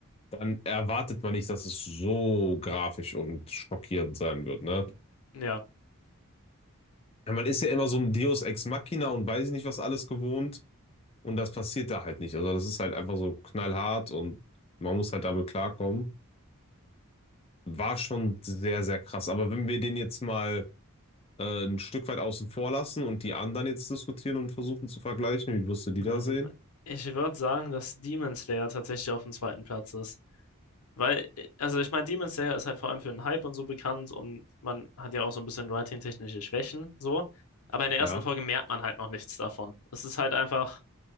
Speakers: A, on the left (about 25°); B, on the left (about 85°).
A: dann erwartet man nicht, dass es so grafisch und schockierend sein wird, ne?
B: ja.
A: Weil Man ist ja immer so ein Deus Ex Machina und weiß ich nicht, was alles gewohnt. Und das passiert da halt nicht. Also das ist halt einfach so knallhart und man muss halt damit klarkommen. War schon sehr, sehr krass. Aber wenn wir den jetzt mal äh, ein Stück weit außen vor lassen und die anderen jetzt diskutieren und versuchen zu vergleichen. Wie wirst du die
B: Dann,
A: da sehen?
B: ich würde sagen, dass Demon Slayer tatsächlich auf dem zweiten Platz ist. Weil, äh, also ich meine, Demon Slayer ist halt vor allem für den Hype und so bekannt und man hat ja auch so ein bisschen writing-technische Schwächen, so. Aber in der
A: Ja.
B: ersten Folge merkt man halt noch nichts davon. Es ist halt einfach